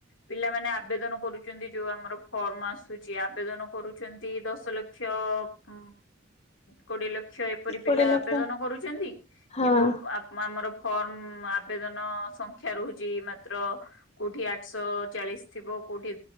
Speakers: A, on the left; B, on the left.
A: ପିଲାମାନେ ଆବେଦନ କରୁଛନ୍ତି ଯୋଉ ଆମର ଫର୍ମ ଆସୁଛି ଆବେଦନ କରୁଚନ୍ତି ଦଶ ଲକ୍ଷ ଅ କୋଡିଏ ଲକ୍ କ୍ଷ ଏପରି
B: କୋଡ଼ିଏ
A: ପିଲା
B: ଲକ୍ଷ
A: ଆବେଦନ କରୁଛନ୍ତି
B: ହଁ।
A: କିନ୍ତୁ ଆମ ଆମର ଫର୍ମ ଆବେଦନ ସଂଖ୍ୟା ରହୁଛି। ମାତ୍ର କୋଉଠି ଆଠଶହ ଚାଳିଶ ଥିବ କୋଉଠି